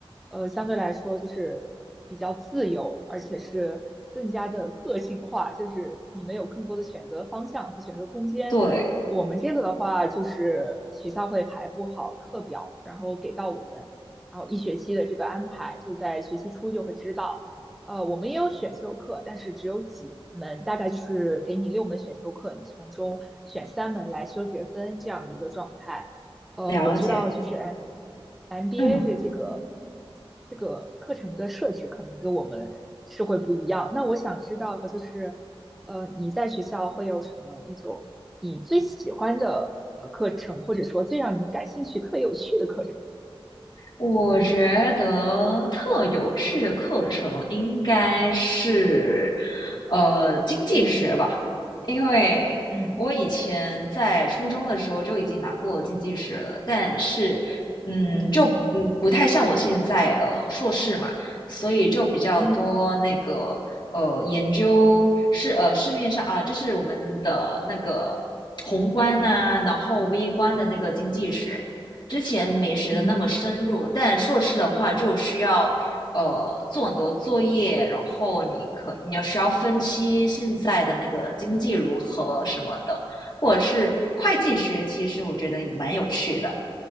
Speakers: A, in the centre; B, on the left (about 50°).
A: 呃，相对来说就是比较自由，而且是更加的个性化，就是你们有更多的选择方向和选择空间。
B: 对，
A: 我们这个的话，就是学校会排布好课表，然后给到我们，然后一学期的这个安排，就在学期初就会知道。呃，我们也有选修课，但是只有几门，大概就是给你六门选修课，你从中选三门来修学分这样的一个状态。呃，
B: 了解，
A: 我知道就是哎 M MBA
B: 嗯。
A: 的这个这个课程的设置可能跟我们是会不一样。那我想知道就是，呃，你在学校会有什么那种你最喜欢的呃课程，或者说最让你感兴趣、特有趣的课程？
B: 我觉得特有趣的课程应该是，呃，经济学吧，
A: 嗯
B: 因为我以前在初中的时候就已经拿过经济学了，
A: 嗯
B: 但是，嗯，
A: 嗯
B: 就嗯不太像我现在呃硕士嘛，所以就比较多那个呃研究市呃市面上啊，
A: 嗯
B: 就是我们的那个宏观啊，然后微观的那个经济学。之前没学的那么深入，
A: 嗯
B: 但硕士的话就需要呃做很多作业，然后你可你要需要分析现在的那个经济如何什么的，或者是会计学，其实我觉得也蛮有趣的。